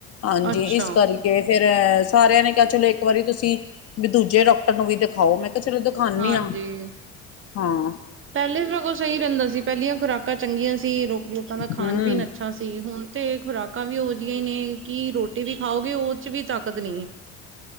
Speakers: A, on the left; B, on the right.
A: ਹਾਂਜੀ
B: ਅੱਛਾ
A: ਇਸ ਕਰਕੇ। ਕੇ ਫੇਰ ਸਾਰਿਆਂ ਨੇ ਕਿਹਾ, ਚਲੋ ਇੱਕ ਵਾਰੀ ਤੁਸੀਂ ਵੀ ਦੂਜੇ ਡਾਕਟਰ ਨੂੰ ਵੀ ਦਿਖਾਓ ਮੈਂ ਤੇ ਚਲੋ ਦਿਖਾਉਦੀ
B: ਹਾਂਜੀ
A: ਆਂ, ਹਾਂ।
B: ਪਹਿਲੇ ਬਿਲਕੁਲ ਸਹੀ ਰਹਿੰਦਾ ਸੀ, ਪਹਿਲੀਆਂ ਖੁਰਾਕਾਂ ਚੰਗੀਆਂ ਸੀ, ਲੋਕਾਂ ਦਾ ਖਾਣ
A: ਹੂੰ।
B: ਪੀਣ ਅੱਛਾ। ਅੱਛਾ ਸੀ, ਹੁਣ ਤੇ ਖੁਰਾਕਾਂ ਵੀ ਉਹੋ ਜਿਹੀ ਹੀ ਨੇ, ਕਿ ਰੋਟੀ ਵੀ ਖਾਓਗੇ ਉਹ ਚ ਵੀ ਤਾਕਤ ਨਹੀ ਹੈ। <unintelligible>